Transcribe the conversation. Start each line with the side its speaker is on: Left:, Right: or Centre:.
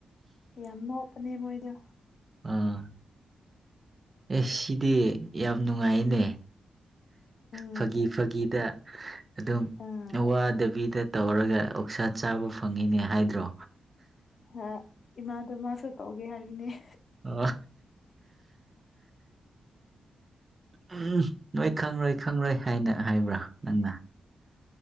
Left: ꯌꯥꯝ ꯅꯣꯛꯞꯄꯅꯦ ꯃꯣꯏꯗ
Right: ꯑꯥ ꯑꯦ ꯁꯤꯗꯤ ꯌꯥꯝ ꯅꯨꯡꯉꯥꯏꯌꯦꯅꯦ
Left: ꯎꯝ
Right: ꯐꯥꯒꯤ ꯐꯥꯒꯤꯗ ꯑꯗꯨꯝ
Left: ꯑꯥ
Right: ꯋꯥꯗꯕꯤꯗ ꯇꯧꯔꯒ ꯑꯣꯛꯁꯥ ꯆꯥꯕ ꯐꯪꯉꯤꯅꯦ ꯍꯥꯏꯗ꯭ꯔꯣ
Left: ꯍꯣꯏ ꯏꯃꯥꯗꯣ ꯃꯥꯁꯨ ꯇꯧꯒꯦ ꯍꯥꯏꯕꯅꯦ
Right: ꯑ ꯎꯝ ꯅꯣꯏ ꯈꯪꯔꯣꯏ ꯈꯪꯔꯣꯏ ꯍꯥꯏꯅ ꯍꯥꯏꯕ꯭ꯔꯥ ꯅꯪꯅ <inaudible>